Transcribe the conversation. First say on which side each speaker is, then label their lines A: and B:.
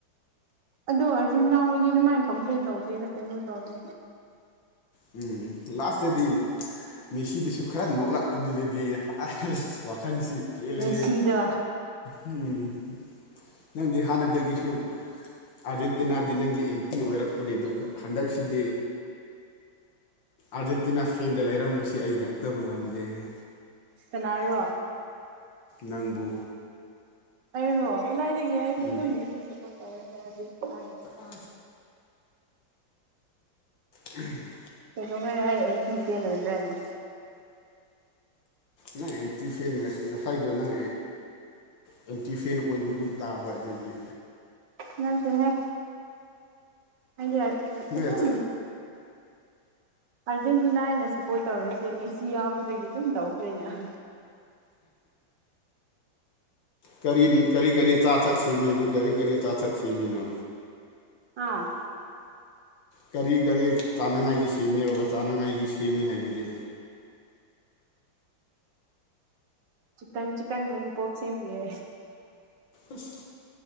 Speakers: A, on the right; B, on the left.
A: ꯑꯗꯣ ꯑꯥꯔꯖꯦꯟꯇꯤꯅꯥ ꯍꯣꯏꯗꯤ ꯑꯗꯨꯃꯥꯏꯅ ꯀꯝꯄ꯭ꯂꯦꯟ ꯇꯧꯗꯦꯗ ꯀꯩꯅꯣ ꯇꯧꯔꯦꯁꯤ
B: ꯎꯝ ꯂꯥꯁꯇꯗꯤ ꯃꯦꯁꯤꯗꯨꯁꯨ ꯈꯔ ꯅꯣꯛꯂꯛꯄꯗꯨꯗꯗꯤ ꯋꯥꯈꯜꯁꯤ ꯄꯦꯜꯂꯦꯍꯦ
A: ꯃꯦꯁꯤ ꯗꯣ
B: ꯎꯝ ꯅꯪꯗꯤ ꯍꯥꯟꯅꯗꯒꯤꯁꯨ ꯑꯥꯔꯖꯦꯟꯇꯤꯅꯥꯗꯤ ꯅꯪꯒꯤ ꯑꯦꯟꯇꯤ ꯑꯣꯏꯔꯛꯄꯅꯦ ꯑꯗꯨꯒ ꯍꯟꯗꯛꯁꯤꯗꯤ ꯑꯥꯔꯖꯦꯟꯇꯤꯅꯥ ꯐꯦꯟꯗ ꯂꯩꯔꯝꯕꯁꯤ ꯑꯩ ꯉꯛꯇꯕ ꯉꯝꯗꯦ ꯍꯦ
A: ꯀꯥꯅꯥꯔꯣ
B: ꯅꯪꯕꯨ
A: ꯑꯩꯔꯣ ꯀꯗꯥꯏꯗꯒꯤ ꯑꯩꯗꯤ
B: ꯎꯝ
A: ꯑꯗꯨꯝ ꯁꯄꯣꯔꯠ ꯇꯧꯋꯦꯕꯥ ꯀꯗꯥꯏ ꯗꯒꯤ
B: ꯑ <unintelligible>
A: ꯀꯩꯗꯣꯛꯒꯩ ꯑꯩ ꯑꯦꯟꯇꯤ ꯐꯦꯟ ꯑꯣꯏꯕ꯭ꯔꯥꯅꯦ
B: ꯅꯪ ꯑꯦꯟꯇꯤ ꯐꯦꯟ ꯉꯁ ꯉꯁꯥꯏꯗꯣ ꯅꯪ ꯑꯦꯟꯇꯤ ꯐꯦꯟ ꯑꯣꯏꯕꯒꯨꯝ ꯇꯥꯕ ꯑꯗꯒꯤ
A: ꯅꯠꯇꯦ ꯍꯦ ꯑꯗꯤ
B: ꯅꯣꯏ
A: ꯑꯗꯨꯝ ꯑꯥꯔꯖꯦꯟꯇꯤꯅꯥ ꯑꯩꯅꯥ ꯁꯞꯄꯣꯔꯠ ꯇꯧꯔꯤꯁꯦ ꯃꯦꯁꯤ ꯌꯥꯎꯕꯗꯒꯤ ꯑꯗꯨꯝ ꯇꯧꯈ꯭ꯔꯦꯅ
B: ꯀꯔꯤ ꯀꯔꯤ ꯀꯔꯤ ꯑꯆꯥꯊꯛ ꯁꯤꯃꯦꯕꯨ ꯀꯔꯤ ꯀꯔꯤ ꯑꯆꯥꯊꯛ ꯁꯤꯃꯤꯅꯣ
A: ꯍꯥꯥ
B: ꯀꯔꯤ ꯀꯔꯤ ꯆꯥꯅꯉꯥꯏꯒꯤ ꯁꯦꯝꯃꯤꯔꯔꯕ ꯆꯥꯅꯉꯥꯏꯒꯤ ꯁꯦꯝꯃꯤ ꯍꯥꯏꯕꯗꯤ
A: ꯆꯤꯛꯀꯟ ꯆꯤꯛꯀꯟ ꯂꯣꯂꯤꯄꯣꯞ ꯁꯦꯝꯃꯤ ꯌꯦ
B: ꯎꯁ